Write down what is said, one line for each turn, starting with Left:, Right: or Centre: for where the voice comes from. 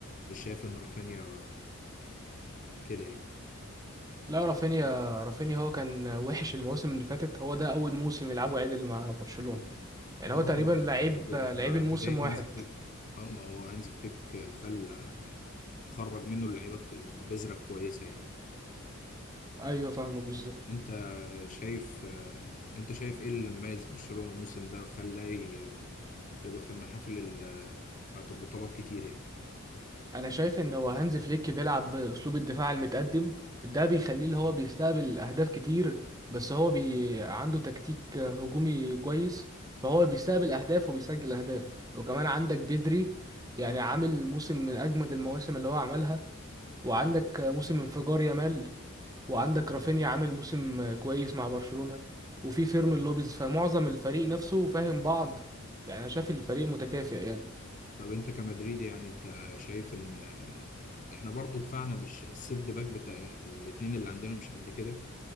Left: مش شايف ان رافينيا كده يعني
Right: لا رافينيا رافينيا هو كان وحش المواسم اللي فاتت هو ده اول موسم يلعبه عدل مع برشلونة يعني
Left: اه
Right: هو تقريبا
Left: مع
Right: لعيب لعيب
Left: مع
Right: الموسم
Left: بدايه
Right: واحد
Left: هانز فليك اه ما هو هانز فليك خلى يعني خرج منه اللعيبه البذره الكويسه يعني
Right: ايوه فاهمك بالظبط
Left: انت شايف آه، انت شايف ايه اللي مميز برشلونة الموسم ده وخلاه ي- يبقى في المحافل ال- بتاعت البطولات كتير يعني
Right: انا شايف ان هو هانز فليك بيلعب باسلوب الدفاع المتقدم ده بيخليه اللي هو بيستقبل اهداف كتير بس هو بي... عنده تكتيك هجومي كويس فهو بيستقبل اهداف وبيسجل اهداف وكمان عندك بدري يعني عامل موسم من اجمد المواسم اللي هو عملها وعندك موسم انفجار يامال وعندك رافينيا عامل موسم كويس مع برشلونة وفي فيرمين لوبيز فمعظم الفريق نفسه فاهم بعض يعني انا شايف الفريق متكافئ يعني
Left: طب انت كمدريدي يعني انت شايف ان آه، احنا برضو دفعنا مش السيرد باك بتاع الاتنين اللي عندنا مش قد كده